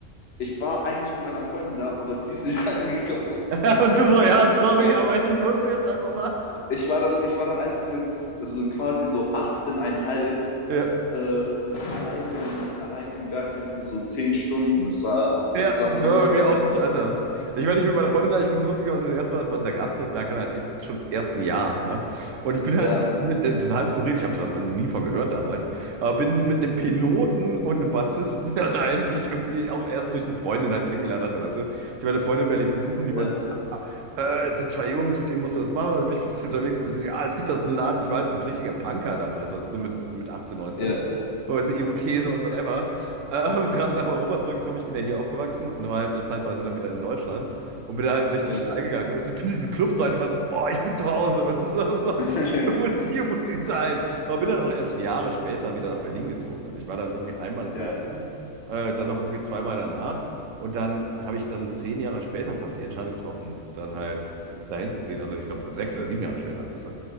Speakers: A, on the left (about 55°); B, on the right (about 80°).
A: ich war eigentlich mit meiner Freundin da, aber sie ist nicht <laughs> reingekommen und ich
B: ja.
A: bin dann
B: <laughs> Und
A: einfach,
B: du so, ja, sorry,
A: ich war dann,
B: aber ich muss jetzt einfach mal.
A: ich war dann, ich war dann einfach mit so quasi so 18,5
B: Ja.
A: äh, alleine, im- alleine im Bergheim für so 10 Stunden. Es war,
B: Ja,
A: es war
B: das
A: verrückt
B: war bei mir
A: auf jeden
B: auch nicht
A: Fall.
B: anders. Ich war nicht mit meiner Freundin da, ich bin lustigerweise das erste Mal, das war, da gab es das Berghain halt echt schon erst ein Jahr, ne? Und ich bin halt
A: Ja,
B: mit, äh, total skurril, ich habe da noch nie von gehört damals, aber bin mit einem Piloten und einem Bassisten <laughs> da rein, die ich irgendwie auch erst durch eine Freundin halt kennengelernt hatte, weißt du? Ich war eine Freundin in Berlin besuchen, die
A: ja,
B: meinte, ja, äh, die zwei Jungs, mit denen musst du das machen, und dann bin ich mit denen unterwegs gewesen, ja, es gibt da so einen Laden, ich war halt so ein richtiger Punker damals, weißt du, so mit, mit 18, 19.
A: ja,
B: Weißt du, Irokese und whatever. Ähm, <laughs> gerade nach Europa zurückgekommen. Ich bin ja hier aufgewachsen und war halt eine Zeitweise dann wieder in Deutschland und bin da halt richtig
A: ja.
B: steil gegangen. Weißt du, ich bin in diesen Club rein, ich war so: „Boah, ich bin zu Hause.“ <laughs> Weißt du, so
A: <laughs>
B: hier muss hier muss ich sein. Aber bin dann auch erst Jahre später wieder nach Berlin gezogen. Also, ich war dann irgendwie einmal im
A: Ja.
B: Berghain, äh, dann noch irgendwie zweimal danach und dann habe ich dann 10 Jahre später fast die Entscheidung getroffen, dann halt äh, dahin zu ziehen. Also, ich glaube 6 oder 7 Jahre später halt, weißt du?